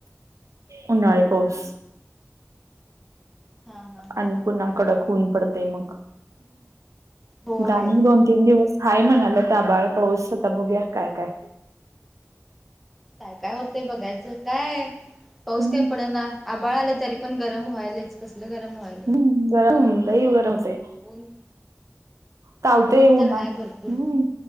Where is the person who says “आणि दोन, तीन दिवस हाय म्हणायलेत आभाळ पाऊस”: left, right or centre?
Right